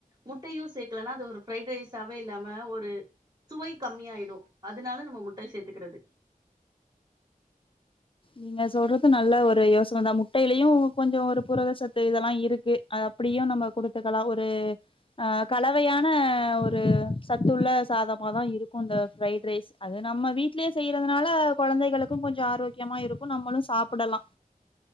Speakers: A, on the right (about 30°); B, on the left (about 35°).
A: முட்டையு சேக்கலனா அது ஒரு ஃப்ரைட் ரைஸாவே இல்லாம ஒரு சுவை கம்மியாயிடு அதனால நம்ம முட்டை சேத்துக்கிறது
B: நீங்க சொல்றது நல்ல ஒரு யோசனை தா முட்டையிலயு கொஞ்சோ ஒரு புரதசத்து இதெல்லா இருக்கு அத அப்டியு நம்ம குடுத்துக்கலா ஒரு அ கலவையான ஒரு சத்துள்ள சாதமாதா இருக்கு அந்த ஃப்ரைட் ரைஸ் அது நம்ம வீட்லயே செய்யறதுனால கொழந்தைகளுக்கு கொஞ்சோ ஆரோக்கியமா இருக்கு நம்மளு சாப்புடலா